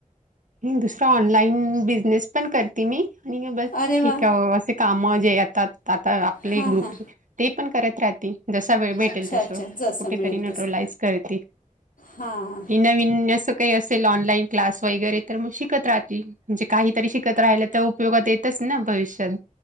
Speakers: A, on the right; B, on the left.
A: आणि दुसरा ऑनलाइन बिझनेस पण करते मी आणि
B: अरे वा
A: ठीक असे काम जे येतात आता आपले
B: हां
A: ग्रुप
B: हां
A: ते पण करत राह ती जसा वेळ भेटेल
B: अच्छा
A: तसं
B: अच्छा जसं
A: कुठेतरी
B: मिळेल
A: न्यूट्रलाइज
B: तसं
A: करते.
B: हां
A: नवीन असं काही असेल ऑनलाईन क्लास वगैरे तर मग शिकत राहती म्हणजे काहीतरी शिकत राहिल तर उपयोगात येतंच ना भविष्यात.